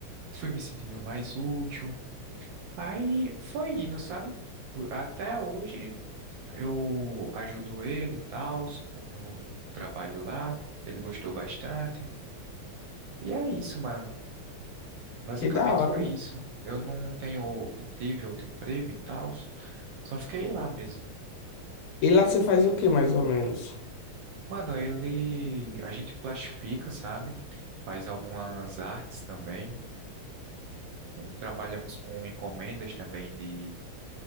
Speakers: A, on the right; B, on the left.
A: Fui me sentindo mais útil. Aí foi indo, sabe? Até hoje eu ajudo ele e tal, com- no trabalho lá. Ele gostou bastante. E é isso, mano. Basicamente
B: Que da hora.
A: foi isso. Eu não tenho, não tive outro emprego e tal, só fiquei lá mesmo.
B: E lá você faz o que mais ou menos?
A: Mano, ele, a gente plastifica, sabe? Faz algumas artes também. Trabalhamos com encomendas também de,